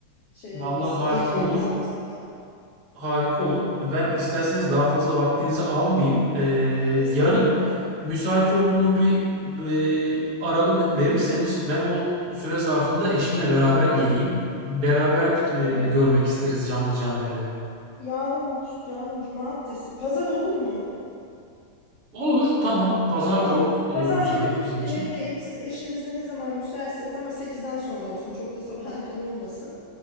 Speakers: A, on the left (about 85°); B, on the right (about 50°).
A: Şey
B: Vallahi
A: olmasın,
B: harika
A: iyice yıpranmasınlar.
B: olur. Harika olur. Ben isterseniz daha fazla vaktinizi almayayım. Ee,
A: Estağfurullah.
B: yarın müsait olduğunuz bir, bir aralık verirseniz ben o süre zarfında eşimle beraber geleyim. Beraber e,
A: Ee,
B: görmek isteriz canlı canlı evi.
A: yarın, yarın cumartesi, pazar olur mu?
B: Olur, tamam. Pazar
A: Tamam.
B: da
A: Pazar
B: e, müsait
A: günü bütün
B: bizim
A: gün
B: için.
A: evdeyim. Siz eşinizle ne zaman müsaitseniz ama sekizden sonra olsun. Çok da sabah erken olmasın.